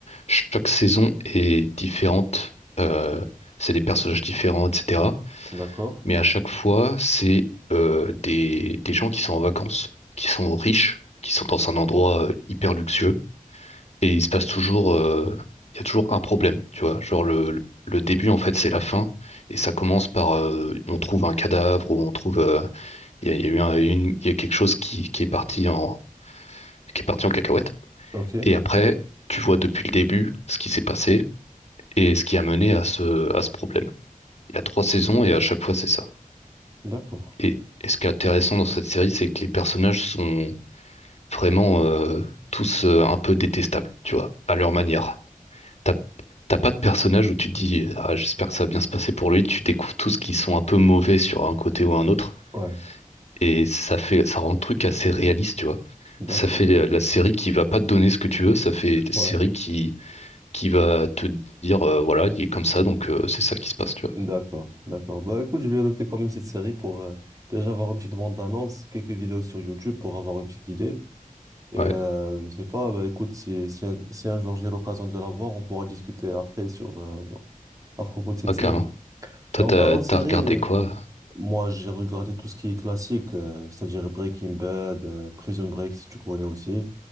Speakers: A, on the left (about 50°); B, on the right (about 25°).
A: chaque saison est différente. euh, c'est des personnages différents, etc.
B: D'accord.
A: Mais à chaque fois, c'est euh, des, des gens qui sont en vacances, qui sont riches, qui sont dans un endroit euh, hyper luxueux. Et il se passe toujours, euh, il y a toujours un problème, tu vois. Genre le, le le début, en fait, c'est la fin. Et ça commence par, euh, on trouve un cadavre ou on trouve, euh, il y a, il y a eu un- une, il y a quelque chose qui, qui est parti en, qui est parti en cacahuète.
B: Ok.
A: Et après, tu vois depuis le début ce qui s'est passé et ce qui a mené à ce, à ce problème. Il y a trois saisons et à chaque fois c'est ça.
B: D'accord.
A: Et, et ce qui est intéressant dans cette série, c'est que les personnages sont vraiment euh, tous euh, un peu détestables, tu vois, à leur manière. T'as t'as pas de personnage où tu te dis, ah, j'espère que ça va bien se passer pour lui. Tu découvres tous qui sont un peu mauvais sur un côté ou un autre.
B: Ouais,
A: Et ça fait, ça rend le truc assez réaliste, tu vois.
B: d'accord.
A: Ça fait la la série qui va pas te donner ce que tu veux, ça fait la
B: Ouais,
A: série qui qui va te dire, euh, voilà, il est comme ça, donc euh, c'est ça qui se passe, tu vois.
B: d'accord, d'accord. Bah écoute, je vais noter quand même cette série pour euh, déjà avoir une petite bande d'annonce, quelques vidéos sur YouTube pour avoir une petite idée. Et
A: Ouais,
B: euh, je sais pas, bah écoute, si, si, un, si un jour j'ai l'occasion de la voir, on pourra discuter après sur euh, à propos de cette
A: ah,
B: série.
A: carrément. Toi,
B: Et en
A: t'as,
B: parlant de
A: t'as
B: série,
A: regardé
B: euh,
A: quoi?
B: moi j'ai regardé tout ce qui est classique, euh, c'est-à-dire Breaking Bad, euh, Prison Break si tu connais aussi.